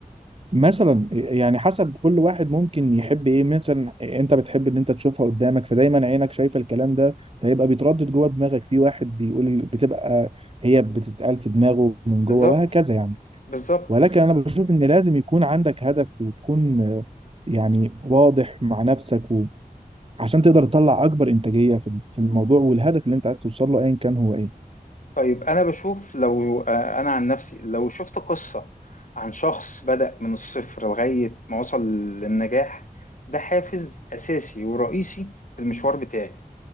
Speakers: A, on the right; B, on the left.
A: مثلا يعني حسب كل واحد ممكن يحب ايه مثلا انت بتحب ان انت تشوفها قدامك فدايما عينك شايفه الكلام ده فيبقى بيتردد جوه دماغك في واحد بيقول بتبقى هي بتتقال في دماغه من جوه
B: بالظبط
A: وهكذا يعني
B: بالظبط
A: ولكن انا بشوف ان لازم يكون عندك هدف وتكون آه، يعني واضح مع نفسك و- عشان تقدر تطلع اكبر انتاجيه في في الموضوع والهدف اللي انت عايز توصل له ايا كان هو ايه
B: طيب أنا بشوف لو آه، أنا عن نفسي لو شفت قصة عن شخص بدأ من الصفر لغاية ما وصل للنجاح ده حافز أساسي ورئيسي في المشوار بتاعي